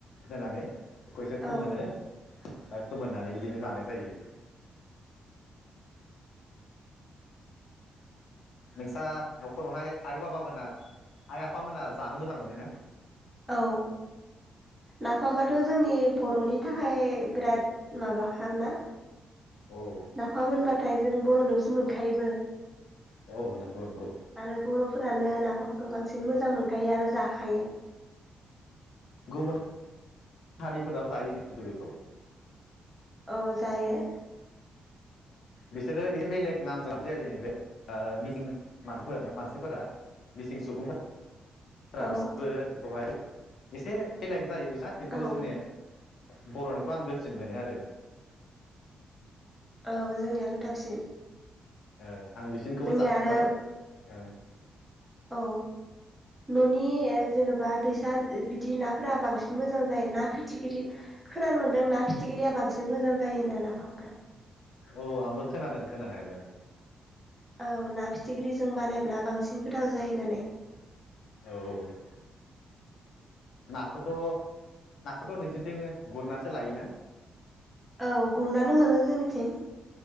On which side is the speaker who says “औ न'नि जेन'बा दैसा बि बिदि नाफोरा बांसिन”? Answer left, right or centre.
Centre